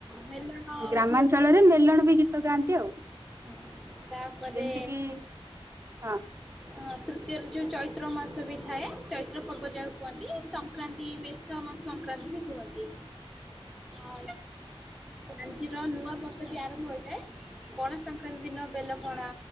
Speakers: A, in the centre; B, on the right.
A: ମେଲଣ
B: ଗ୍ରାମାଞ୍ଚଳରେ
A: ହୁଏ ବି
B: ମେଲଣବି ଗୀତ ଗାଆନ୍ତି ଆଉ।
A: ହଁ ତାପରେ
B: ଯେମିତି କିି ହଁ
A: ହଁ ତୃତୀୟରେ ଯୋଉ ଚୈତ୍ର ମାସବି ଥାଏ ଚୈତ୍ର ପର୍ବ ଯାହାକୁ କୁହନ୍ତି ସ ସଂକ୍ରାନ୍ତି ମେଷ ମ ସଂକ୍ରାନ୍ତିବି କୁହନ୍ତି।
B: <inaudible>
A: ଆ ପାଞ୍ଜିର ନୂଆ ବର୍ଷବି ଆରମ୍ଭ ହୋଇଥାଏ। ପଣ ସଂକ୍ରାନ୍ତି ଦିନ ବେଲପଣା